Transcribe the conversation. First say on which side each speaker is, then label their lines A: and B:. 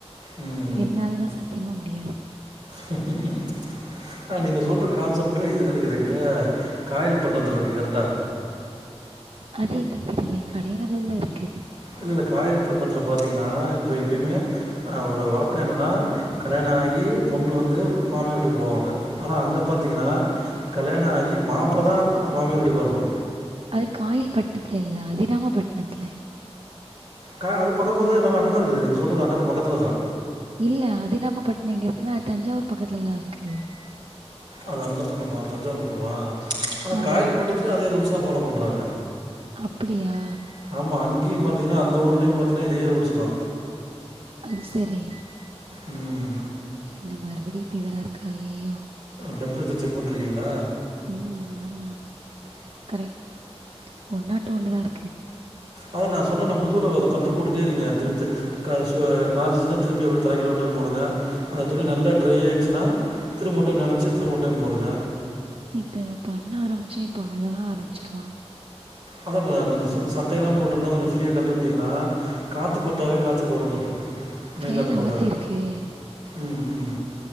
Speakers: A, on the right; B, on the right.
A: ம்
B: என்னாலலைலா சத்தியமா முடியாது
A: க்கு க்கு ஆ நீங்க சொல்ற கான்செப்ட் இதுல இருக்குது எங்க காயல்பட்டினத்துல இருக்கு கரெக்டா
B: அது என்னன்னு தெரிலியே கடையநல்லுர்ல இருக்கு
A: இல்ல இல்ல காயல்பட்னத்துல பாத்தீங்கனா இப்ப எப்பயிமே ஒரு வழக்கோ என்னன்னா கல்யாணோ ஆகி பொண்ணு வந்து மாமியார் வீட்டுக்கு போவாங்க ஆனா அங்க பாத்திங்கனா கல்யாணாகி மாப்ள தா மாமியார் வீட்டுக்கு வரணு
B: அது காயல்பட்ணத்துல இல்ல அதினாமபட்ணத்துல
A: கா அது பக்கத்துலதா எல்லாமே அங்க தா இருக்குது நீங்க சொல்றது அங்க தா பக்கத்துல தா
B: இல்ல அதினாமபட்னம் எங்க இருக்குனா அது தஞ்சாவூர் பக்கத்துல இருக்கு
A: அது அந்த பக்கமா தஞ்சாவூர் பக்கமா ஆனா
B: ஆமாம்
A: காயல்பட்ணத்துலியு அதே ரூல்ஸ் தா ஃபாலோ பண்றாங்க
B: அப்டியா
A: ஆமா அங்கியு பாத்தீங்னா அந்த ஊர்லயு பாத்தீங்னா இதே ரூல்ஸ் தா
B: அது செரி
A: ம்
B: என்ன மறுபடியு ஃபீவரா இருக்கா அய்யயோ
A: டெம்ரேச்சர் செக் பண்ட்ருக்கிங்ளா
B: ம் ஆமா கரெக்ட் ஒன் நாட் ஒன்னு தா இருக்கு
A: அதா நா சொன்னனே முதுல அந்த பத்து போட்டுட்டே இரிங்க திருப் க சு காஞ்சிச்சுன்னா திருப்பி அப்டே தலக்கிழ ஒரு டைம் போடுங்க அந்த துணி நல்லா ட்ரை ஆயிடுச்சுன்னா திரும்ப ஒரு டைம் நெனச்சு திரும்ப ஒரு டைம் போடுங்க
B: இப்ப நா பண்ண ஆரம்பிச்சே இப்ப அழ ஆரம்பிச்சிருவா
A: அதா ப கொஞ்சோ ச சட்டைலா போட்ருந்தா கொஞ்சோ ஃப்ரீயா கழட்டி உட்டிங்கனா காத்து பட்டாவே காய்ச்சல் கொறங்சுரு
B: ஃபேன்
A: மே காத்து
B: அமர்த்தியிருக்கு
A: பட்டாவே ம் ம்